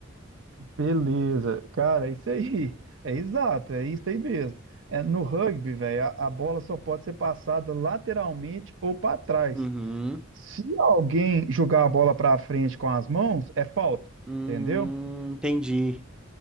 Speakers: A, on the right; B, in the centre.
A: Beleza, cara, é isso aí. É exato, é isso aí mesmo. É, no rugby, velho, a, a bola só pode ser passada lateralmente ou para trás.
B: Uhum.
A: Se alguém jogar a bola para frente com as mãos, é falta,
B: Hum,
A: entendeu?
B: entendi.